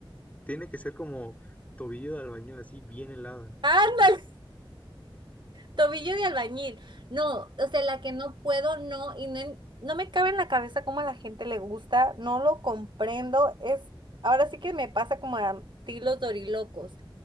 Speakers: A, on the left; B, on the right.
A: tiene que ser como tobillo de albañil así bien helada,
B: Ándale.
A: ¿no?
B: Tobillo de albañil. No, o sea, la que no puedo, no, y no, en- no me cabe en la cabeza cómo a la gente le gusta, no lo comprendo. Es, ahora sí que me pasa como a ti los dorilocos.